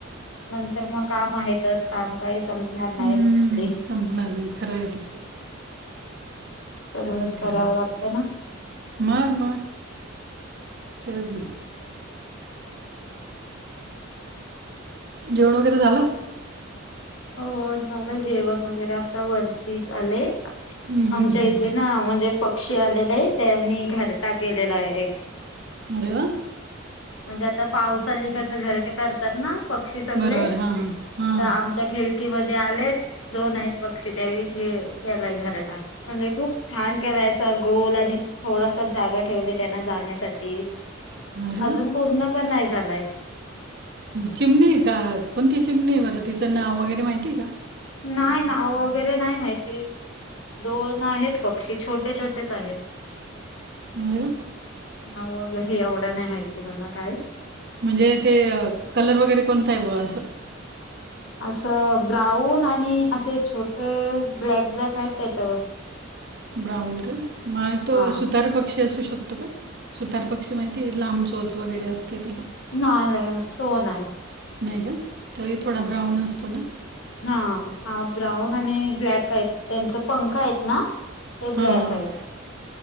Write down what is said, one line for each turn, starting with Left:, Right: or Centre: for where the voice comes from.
Left: नंतर मग काम आहेतच काम काही संपणार नाही
Right: हम्म,
Left: आपली
Right: संपणार नाही खरं आहे ते
Left: सगळंच
Right: काय
Left: करावं
Right: खरं नाही.
Left: लागतंय ना.
Right: मग मग ठचन जेवण वगैरे झालं.
Left: हो झालं जेवण वगैरे आता वरतीच आले.
Right: हम्म, हम्म,
Left: आमच्या
Right: हम्म.
Left: इथे ना म्हणजे पक्षी आलेले आहे त्यांनी घरटा केलेला आहे एक
Right: अरे व्वा.
Left: म्हणजे आता पावसाली कस घरटे करतात ना पक्षी सगळे
Right: बरोबर हां हां हां
Left: तर आम च्या खिडकीमध्येध्ये आलेच दोन आहेत पक्षी त्यावे खेळ केलाय घराटा म्हणजे खूप छान केला अस गोल आणि थोडसा जागा ठेवली त्यांना जाण्यासाठी
Right: अरे वाह!
Left: अजून पूर्ण पण नाही झालाय.
Right: चिमणी आहे का कोणती चिमणी आहे बरं तिचं नाव वगैरे माहिती आहे का?
Left: नाही नाव वगैरे नाही माहिती दोन आहेत पक्षी छोटे छोटेच आहेत.
Right: हो.
Left: नाव वगैरे हे एवढा नाही माहिती मला काय?
Right: म्हणजे ते कलर वगैरे कोणत आहे ब असं.
Left: असं ब्राऊन आणि असे छोटे ब्लॅक ब्लॅक आहेत त्याच्यावर
Right: ब्राऊन का मग तो
Left: हा.
Right: सुतारा पक्षी असू शकतो का? सुतार पक्षी माहिती लांब चोच वगैरे असते त्याला
Left: नाही नाही तो नाही.
Right: नाही का तर थोडा
Left: नाही
Right: ब्राऊन असतो ना.
Left: हा हा ब्राऊन आणि ब्लॅक. काही त्यांचे पंख आहेत ना ते ब्लॅक
Right: हां, हां,
Left: आहेत.
Right: हां.